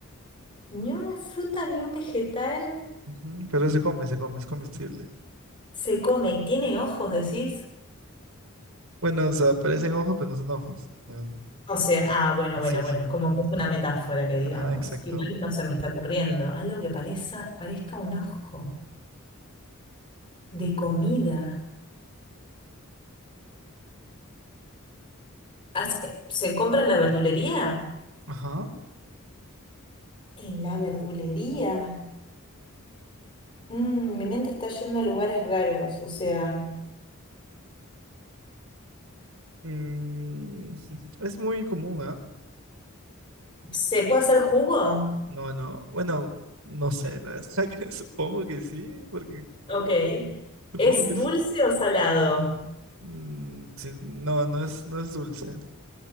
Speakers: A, on the left; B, on the right.
A: Ni una fruta, ni un vegetal,
B: Ujú, Pero se come, se come, es comestible.
A: Se come y tiene ojos, decís.
B: Bueno, o sea, parecen ojos, pero no son ojos. Ah,
A: O sea, ah, bueno, bueno,
B: Sí,
A: bueno,
B: sí.
A: como que es una metáfora que digamos.
B: Ajá, exacto.
A: Igual no se me está ocurriendo. Algo que parezca, parezca un ojo de comida. Haz- eh, ¿Se compra en la verdulería?
B: Ajá.
A: En la verdulería. Mm, mi mente está yendo a lugares raros, o sea.
B: Mm, <laughs> es muy común, ¿ah?
A: ¿Se puede hacer jugo?
B: No, no. Bueno, no sé, la verdad que <laughs> supongo que sí, porque
A: Ok.
B: supongo
A: ¿Es
B: que
A: dulce
B: sí.
A: o salado?
B: Mm, sí, no, no es, no es dulce.